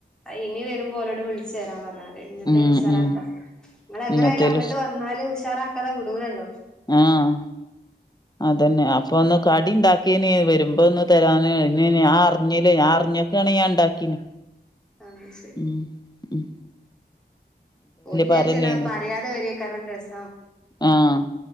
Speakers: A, in the centre; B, on the left.
A: ഇനി വരുമ്പോ ഒലോട് വിളിച് വരാം പറഞ്ഞതി. ഇങ്ങത്തേന്
B: ഉം
A: ഉഷാറാക്കാ
B: ഉം
A: നിങ്ങ എങ്ങനെ
B: ഇങ്ങത്തേലും
A: ലും അങ്ങോട്ട് വന്നാല് ഉഷാറാക്കാതെ വിടുലല്ലോ.
B: ആഹ് അതന്നെ അപ്പൊ ഒന്ന് കടിണ്ടാക്കിയന് വരുമ്പോ ഒന്ന് തരാൻ ഇ ഞാൻ അറിഞ്ഞില്ല ഞാൻ അർഞ്ഞ ൻ ഉണ്ടാക്കിന്.
A: ആഹ് അത് ശരി
B: ഉം ഉഹ്.
A: ഓല് വിജാര്ച്ചിണ്ടാവും
B: ഭാരല്ലേനി
A: പറിയാതെ വരെകാരം രസം.
B: ആഹ്